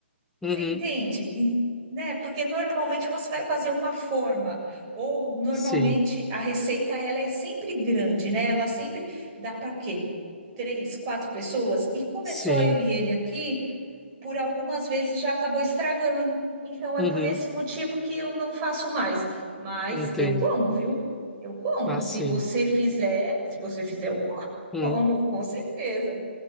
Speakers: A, in the centre; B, on the right.
A: uhum.
B: Você entende? E, Né? Porque normalmente você vai fazer uma forma, ou normalmente
A: Sim,
B: a receita ela é sempre grande, né? Ela sempre dá para quê? Três, quatro pessoas, e começou
A: sim.
B: eu e ele aqui, por algumas vezes já acabou estragando. Então é
A: Uhum,
B: por esse motivo que eu não faço mais. Mas
A: entendo.
B: eu como, viu? Eu como.
A: Ah,
B: Se
A: sim.
B: você fizer, se você fizer, eu como, <laughs>
A: Uhum.
B: como, com certeza.